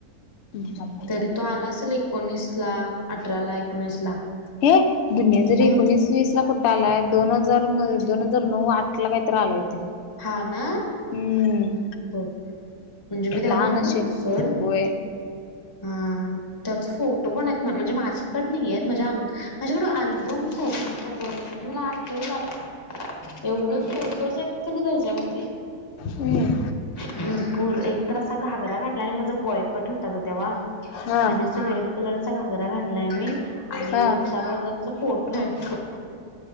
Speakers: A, on the left (about 70°); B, on the left (about 20°).
A: हम्म
B: तरी तो आला असेल एकोणीस ला अठरा ला एकोणीस ला
A: हे दुनियादारी
B: मग
A: एकोणीस वीस ला कुठं आलाय दोन हजार म दोन हजार नऊ आठ ला काहीतर आलाय त्यो
B: हा ना
A: हम्म
B: बघ म्हणजे मी तेव्हा
A: लहान
B: लहानच
A: अशील
B: होतो सोड
A: होय
B: हा त्यात फोटो पण आहेत म्हणजे माझ्याकडे नाहीयेत म झ्या अंक माझ्याकड अल्बम हो म्हणजे मला आठवल आता एवढे फोटोज हायत का नाही त्याच्यामध्ये
A: हम्म
B: भरपूर एक तर असा घागरा घाटला आणि माझा बॉय कट होता ग तेव्हा
A: हा
B: आणि असा रेड कलरचा घागरा घातलाय मी आणि
A: हा
B: रश त्याबदलचा फोटो आहे तो